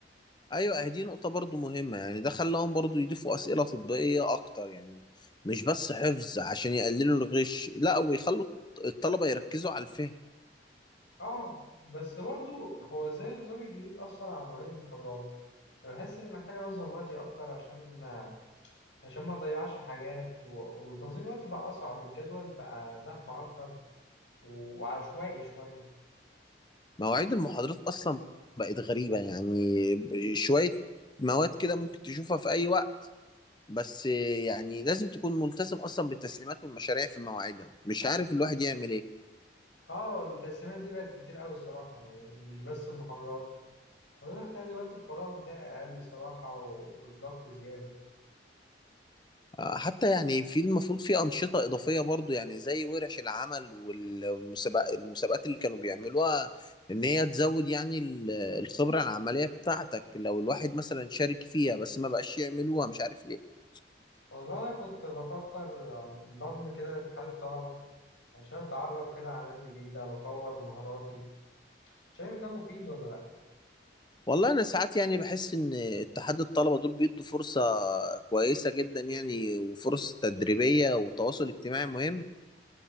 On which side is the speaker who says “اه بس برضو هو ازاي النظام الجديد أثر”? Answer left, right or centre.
Left